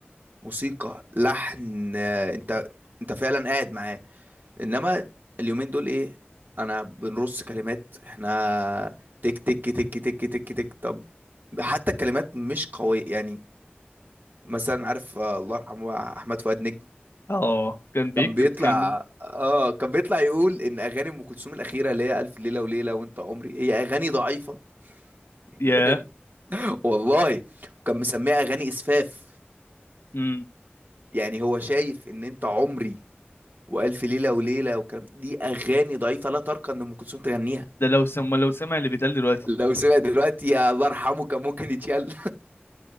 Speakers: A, on the right; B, on the left.
A: موسيقى لحن آه، انت انت فعلا قاعد معاه انما اليومين دول ايه انا بنرص كلمات احنا تك تك تك تك تك تك طب حتى الكلمات مش قوية يعني مثلا عارف آه، الله يرحمه احمد فؤاد نجم
B: اه كان بيكتب
A: كان بيطلع
B: كان بي...
A: اه كان بيطلع يقول ان اغاني ام كلثوم الاخيره اللي هي الف ليله وليله وانت عمري هي اغاني ضعيفه <laughs>
B: ياه
A: فاهم والله وكان مسميها اغاني اسفاف
B: امم
A: يعني هو شايف ان انت عمري والف ليله وليله والكلام دي اغاني ضعيفه لا ترقى ان ام كلثوم تغنيها
B: ده لو سمع لو سمع اللي بيتقال دلوقتي
A: لو سمع دلوقتي يا الله يرحمه كان ممكن يتشل